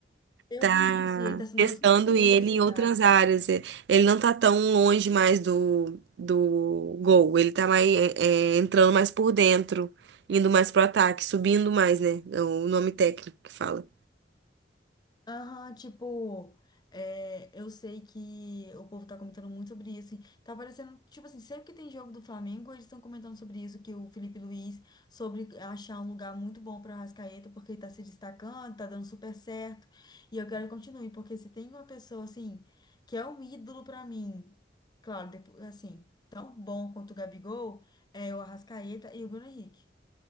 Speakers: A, on the left; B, on the right.
A: Eu
B: tá
A: vi isso e ele tá se
B: testando
A: dando super bem
B: ele
A: nesse
B: em
A: lugar.
B: outras áreas. É, Ele não tá tão longe mais do, do gol, ele tá mais, é, é, entrando mais por dentro, indo mais pro ataque, subindo mais, né? É O nome técnico que fala.
A: Aham, tipo, é, eu sei que o povo tá comentando muito sobre isso. e Tá parecendo, tipo assim, sempre que tem jogo do Flamengo, eles estão comentando sobre isso, que o Felipe Luiz, sobre achar um lugar muito bom pra Arrascaeta, porque ele tá se destacando, tá dando super certo. E eu quero que continue, porque se tem uma pessoa, assim, que é um ídolo pra mim, claro, depois, assim, tão bom quanto o Gabigol, é o Arrascaeta e o Bruno Henrique.